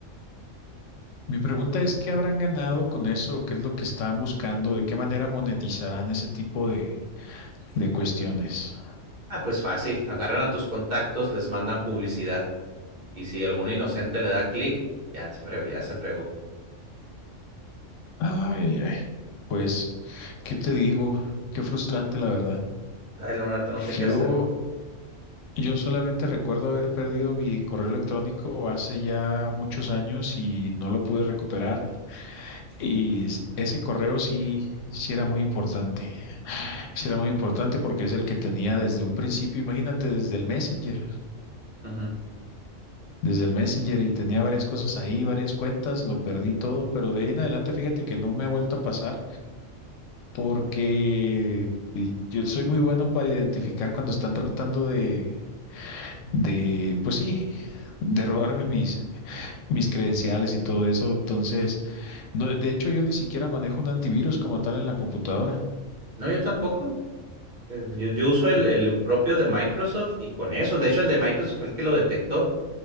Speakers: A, on the left; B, on the right.
A: Mi pregunta es, ¿qué habrán ganado con eso? ¿Qué es lo que están buscando? ¿De qué manera monetizarán ese tipo de, de cuestiones?
B: Ah, pues fácil, agarran a tus contactos, les mandan publicidad. Y si algún inocente le da clic, ya se fregó, ya se fregó.
A: Ay, ay, ay. Pues, ¿qué te digo? Qué frustrante, la verdad.
B: Ay, la neta no sé qué
A: Yo,
B: hacer, güey.
A: yo solamente recuerdo haber perdido mi correo electrónico hace ya muchos años y no lo pude recuperar. Y s- ese correo sí, sí era muy importante. Sí era muy importante porque es el que tenía desde un principio, imagínate, desde el Messenger.
B: Ujú.
A: desde el Messenger y tenía varias cosas ahí, varias cuentas, lo perdí todo, pero de ahí en adelante fíjate que no me ha vuelto a pasar porque y yo soy muy bueno para identificar cuando están tratando de, de, pues sí, de robarme mis, mis credenciales y todo eso. Entonces, no, de hecho yo ni siquiera manejo un antivirus como tal en la computadora.
B: No, yo tampoco. Eh, Yo, yo uso el, el propio de Microsoft y con eso. De hecho, el de Microsoft fue el que lo detectó.